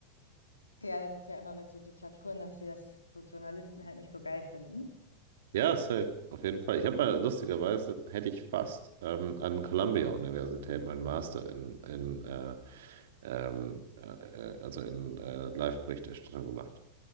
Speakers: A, on the left; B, on the right.
A: ja, das ist ja immer mit so Diktaturen, dass sie das so Journalisten halt nicht so geil finden.
B: Ja, safe. Auf jeden Fall. Ich habe mal lustigerweise, hätte ich fast ähm, an Columbia Universität meinen Master in, in äh, ähm, äh, äh, also in äh, Live-Berichterstattung gemacht.